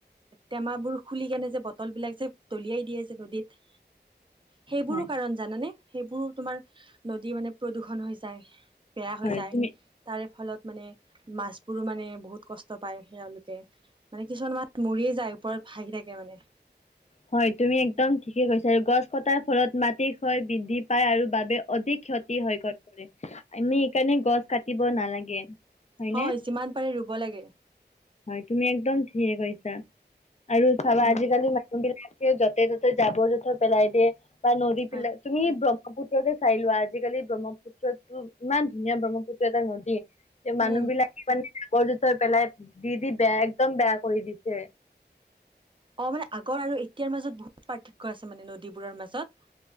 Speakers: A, on the right; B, on the left.
A: টেমাবোৰ খুলি কেনে যে, বটল বিলাক যে দলিয়াই দিয়ে যে নদীত, সেইবোৰো
B: হয়।
A: কাৰণ জানানে, সেইবোৰো তোমাৰ- নদী মানে প্ৰদূষণ হৈ যায়, বেয়া হৈ
B: হয়
A: যায়।
B: তুমি
A: তাৰে ফলত মানে, মাছবোৰো মানে, বহুত কষ্ট পায় তেওঁলোকে, মানে কিছুমান মাছ, মৰি যায়, ওপৰত ভাহি থাকে মানে।
B: হয়, তুমি একদম ঠিকে কৈছা আৰু গছ কটাৰ ফলত মাটিৰ ক্ষয় বৃদ্ধি পায় আৰু বাবে অধিক ক্ষতি হয় কৰে। ‌ আমি সেইকাৰণে গছ কাটিব নালাগে। হয়নে
A: হয়, যিমান পাৰে ৰুব লাগে।
B: হয়, তুমি একদম ঠিকে কৈছা, আৰু চাবা
A: উম
B: আজিকালি মানুহবিলাক য'তে-ত'তে যাবৰ-জোথৰ পেলাই দিয়ে বা নদীবিলাক
A: হয়
B: তুমি ব্ৰহ্মপুত্ৰকেই চাই লোৱা, আজিকালি ব্ৰহ্মপু পুত্ৰতো ইমান ধুনীয়া ব্ৰহ্মপুত্ৰ এটা নদী। মানুহ
A: উম
B: বিলাকে মানে যাবৰ-জোথৰ পেলাই, দি-দি বেয়া একদম বেয়া কৰি দিছে।
A: অঁ! মানে আগৰ আৰু এতিয়াৰ মাজত বহুত পাৰ্থক্য আছে মানে, নদীবোৰৰ মাজত।